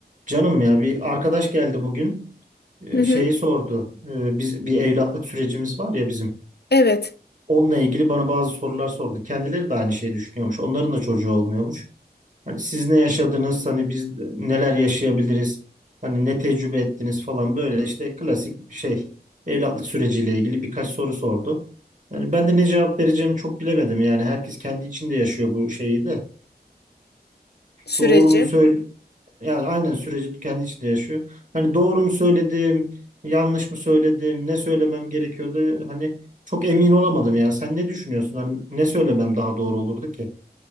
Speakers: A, on the right; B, on the left.
A: Canım ya bir arkadaş geldi bugün. Ee,
B: Hı hı.
A: Şeyi sordu. Ee, Biz bir evlatlık sürecimiz var ya bizim.
B: Evet,
A: Onunla ilgili bana bazı sorular sordu. Kendileri de aynı şeyi düşünüyormuş. Onların da çocuğu olmuyormuş. Hani siz ne yaşadınız? Hani biz neler yaşayabiliriz? Hani ne tecrübe ettiniz falan böyle işte klasik şey evlatlık süreciyle ilgili birkaç soru sordu. Yani ben de ne cevap vereceğimi çok bilemedim. Yani herkes kendi içinde yaşıyor bu şeyi de
B: süreci.
A: doğru mu söyle yani aynen süreci kendi içinde yaşıyor. Hani doğru mu söyledim, yanlış mı söyledim, ne söylemem gerekiyordu? Hani çok emin olamadım ya. Sen ne düşünüyorsun? Hani ne söylemem daha doğru olurdu ki?